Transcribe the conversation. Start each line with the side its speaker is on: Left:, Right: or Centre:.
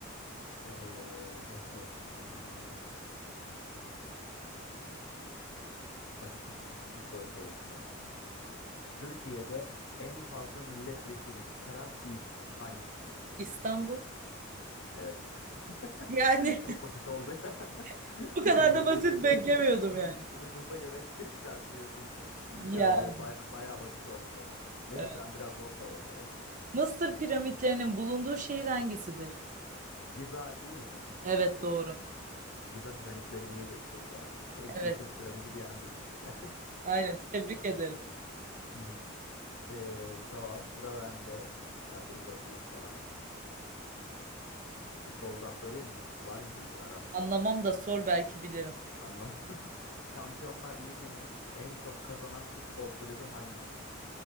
Left: Ee, ne sorsam? Basit bir soru sorayım sana. Türkiye'de en fazla milletvekili çıkaran il hangisidir?
Right: İstanbul.
Left: Evet.
Right: Yani
Left: <laughs> Çok basit oldu ya.
Right: <laughs> bu
Left: <laughs>
Right: kadar
Left: Milletvekili
Right: da basit beklemiyordum
Left: de
Right: yani.
Left: Nüfusa göre <laughs> çıkartıyor çünkü.
Right: Yani
Left: Yani evet baya baya basit oldu sana. Neyse
Right: evet.
Left: sen biraz zor sor bakalım.
Right: Mısır piramitlerinin bulunduğu şehir hangisidir?
Left: <laughs> Giza değil mi?
Right: Evet doğru.
Left: Giza piramitleri diye geçiyor zaten. Tek
Right: Evet
Left: Mısır piramidi diyen biziz yani.
Right: aynen tebrik ederim.
Left: <laughs> Ee, tamam sıra bende. Ben de bir bakayım sana. Futboldan sorayım mı? Var mı hiç aran?
Right: Anlamam da sor belki bilirim.
Left: Anlam. <laughs> Şampiyonlar Ligi'ni en çok kazanan futbol kulübü hangisidir?